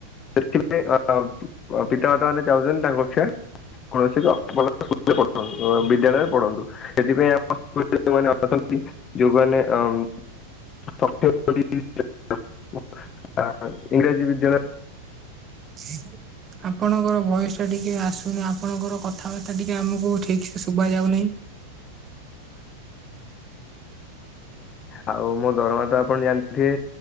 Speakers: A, on the left; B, on the right.
A: ସେଥିପାଇଁ ପିତାମାତା ମାନେ ଚାହୁଁଛନ୍ତି ତାଙ୍କ ଛୁଆ କୌଣସି <unintelligible> ବିଦ୍ୟାଳୟରେ ପଢ଼ନ୍ତୁ ସେଥିପାଇଁ ଆମ <unintelligible> ଅଛନ୍ତି। ଯୋଉଁମାନେ <unintelligible> ଇଂଗ୍ରାଜୀ ବିଦ୍ୟାଳୟ
B: <unintelligible> ଆପଣଙ୍କର ଭଏସ ଟା ଟିକେ ଆସୁନି ଆପଣଙ୍କର କଥାବାର୍ତ୍ତା ଟିକେ ଆମକୁ ଠିକ ସେ ଶୁଭ ଯାଉନାହିଁ। <inaudible>
A: ଆଉ ମୋ ଦରମା ତ ଆପଣ ଜାଣିଥିବେ